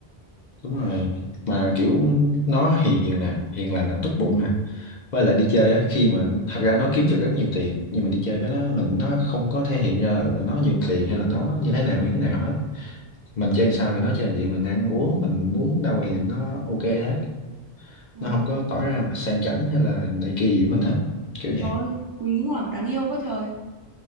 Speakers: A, on the left; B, on the right.
A: đúng rồi mà kiểu nó hiền nè hiền lành nè tốt bụng nè với lại đi chơi á khi mà thật ra nó kiếm được rất nhiều tiền nhưng mà đi chơi với nó mình nó không có thể hiện ra là, là nó nhiều tiền hay là nó như thế nào như thế nào hết mình chơi sao thì nó chơi vậy mình ăn uống mình muốn đâu thì nó ok hết
B: Ờ,
A: nó không có tỏ ra mà sang chảnh hay là này kia gì với mình hết kiểu vậy
B: Trời quý nhở, đáng yêu quá trời.